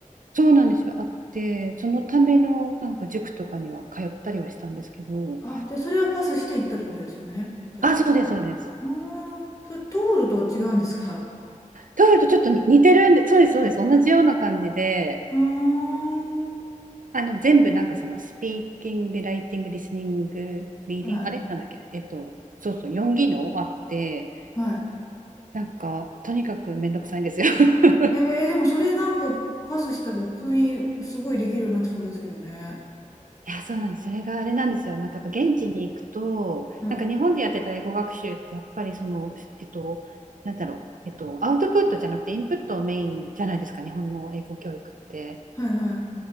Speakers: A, on the right (about 75°); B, on the left (about 25°).
A: そうなんですよ、あって、そのためのなんか塾とかには通ったりはしたんですけど、
B: あ、で、それはパスしていったってことですよね。じゃあ。
A: あ、そうです、そうです。
B: うーん。それ、トフルとは違うんですか
A: トイレとちょっとに似てるんで、そうです、そうです、同じような感じで、
B: うーん。
A: あの、全部なんかその、スピーキング、ライティング、リスニング、リーディング、
B: はい。
A: あれなんだっけ、えっと、そうそう、4技能あって、
B: はい。
A: なんか、とにかくめんどくさいんですよ。<laughs>
B: えー、でもそれなんかパスしたら普通にすごいできるようになってそうですけどね。
A: いや、そうなんです。それがあれなんですよ。なんかやっぱ現地に行くと、
B: はい。
A: なんか日本でやってた英語学習ってやっぱりその、えっと、なんだろう、えっと、アウトプットじゃなくてインプットをメインじゃないですか、日本の英語教育って。
B: はいはい。